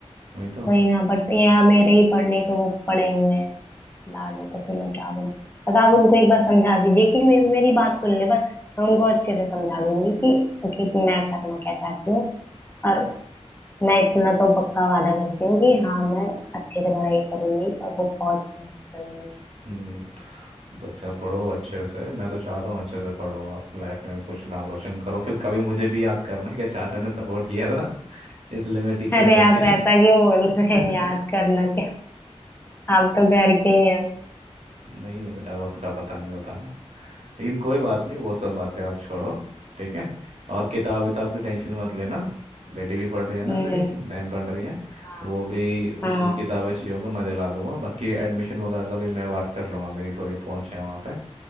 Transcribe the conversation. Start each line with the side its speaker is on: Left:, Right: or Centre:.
Right: वही तो
Left: वही ना बट यहाँ मेरे ही पढ़ने के वो पड़े हुए हैं लाले तो फिर मैं क्या बोलूँ बस आप उनको एक बार समझा दीजिए कि मे, मेरी बात सुन ले बस मैं उनको अच्छे से समझा दूंगी कि, कि मैं करना क्या चाहती हूँ और मैं इतना तो पक्का वादा करती हूँ कि हाँ मैं अच्छे से पढ़ाई करूंगी और वो बहुत मेहनत करूंगी
Right: हम्म बच्चा पढ़ो अच्छे से मैं तो चाहता हूँ अच्छे से पढ़ो आप लाइफ में कुछ नाम रोशन करो फिर कभी मुझे भी याद करना कि चाचा ने सपोर्ट किया था <laughs> इसलिए मैं टीचर
Left: अरे
Right: बन
Left: आप
Right: गई
Left: ऐसा क्यों बोल रहे
Right: <laughs>
Left: हैं याद करना क्या आप तो घर के ही हैं
Right: नहीं बेटा वक्त का पता नहीं होता ना लेकिन कोई बात नहीं वो सब बातें आप छोड़ो ठीक है और किताब विताब की टेंशन मत लेना बेटी भी पढ़ रही है ना
Left: हम्म
Right: मेरी बहन पढ़ रही है
Left: हाँ
Right: वो भी
Left: हाँ
Right: उसकी किताबें अच्छी होगी मैं दिला दूंगा बाकी एडमिशन वगैरह का भी मैं बात कर लूंगा मेरी थोड़ी पहुंच है वहाँ पे